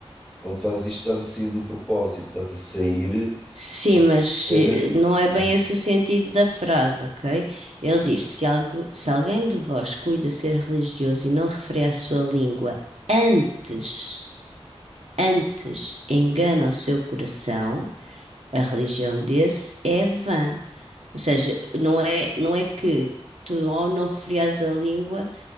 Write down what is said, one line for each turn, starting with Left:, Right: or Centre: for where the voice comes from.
Centre: Quando fazes isto estás a sair do propósito, estás a sair, estás
Right: Sim, mas
Centre: a ser
Right: eh, não é bem
Centre: hum,
Right: esse o sentido da frase, ok? Ele diz: se, algu- se alguém de vós cuida ser religioso e não refere à sua língua, antes, antes engana o seu coração, a religião desse é vã. Ou seja, não é, não é que tu, ao não referias à língua,